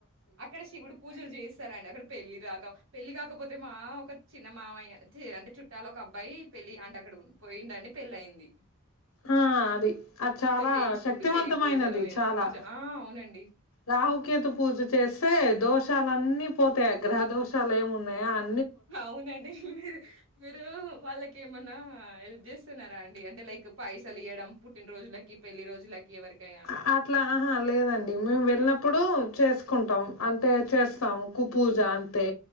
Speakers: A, on the right (about 60°); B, on the left (about 75°).
A: అక్కడ శివుడు పూజలు చేస్తారండి అక్కడ పెళ్ళి రాక పెళ్లి కాకపోతే అయితే మా ఒక చిన్న మామయ్య అంటే చుట్టాలు ఒక అబ్బాయి పెళ్ళి అంటే అక్కడ పోయిండనీ పెళ్లి అయింది
B: హా అది అది చాలా
A: చేయించుకుండు.
B: శక్తివంతమైనది
A: శని పూజనో ఏదో
B: చాలా
A: పూజ ఆ! అవునండి.
B: రాహుకేతు పూజ చేస్తే దోషాలన్నీ పోతాయి గ్రహ దోషాలు ఏమి ఉన్నాయా అ
A: అవునండి మీరు మీరు వాళ్ళకి ఏమన్నా హెల్ప్ చేస్తున్నార అండి అంటే లైక్ పైసలు ఇయ్వడం పుట్టిన రోజులకి పెళ్ళి రోజులకి ఎవరికైనా
B: ఆ అట్లా ఆహా లేదండి మేము వెళ్ళినప్పుడు చేసు కుంటాం అంటే చేస్తాము కు పూజ తే